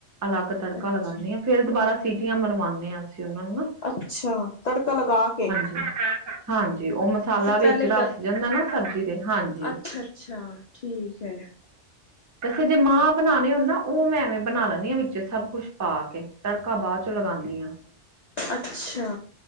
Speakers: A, on the right (about 30°); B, on the left (about 80°).
A: ਅਲੱਗ ਤੜਕਾ
B: ਅੱਛਾ
A: ਲਗਾਉਦੀ ਹਾਂ। ਫੇਰ ਦੁਬਾਰਾ ਸੀਟੀਆਂ ਮਰਵਾਉਂਦੇ ਹਾਂ ਅਸੀਂ ਉਹਨਾਂ ਨੂੰ ਨਾ।
B: ਅੱਛਾ। ਤੜਕਾ ਲਗਾ ਕੇ।
A: ਹਮ। ਹਾਂ- ਹਾਂ ਹਾਂਜੀ ਉਹ ਮ ਸਾਲਾ
B: ਤੇ ਪਹਿਲੇ
A: ਵਿੱਚ
B: ਗ
A: ਰਸ ਜਾਂਦਾ ਨਾ ਸਬਜ਼ੀ ਦੇ, ਹਾਂਜੀ।
B: ਅੱਛਾ-ਅੱਛਾ ਠੀਕ ਹੈ।
A: ਅੱਛਾ ਜੇ ਮਾਂ ਬਣਾਣੇ ਓ ਨਾ, ਉਹ ਮੈਂ ਐਵੇਂ ਬਣਾ ਲੈਣੀ ਆ ਵਿੱਚੇ ਸਬ ਕੁੱਛ ਪਾ ਕੇ, ਤੜਕਾ ਬਾਦ ਚੋਂ ਲਗਾਣੀ ਆ।
B: ਅੱਛਾ।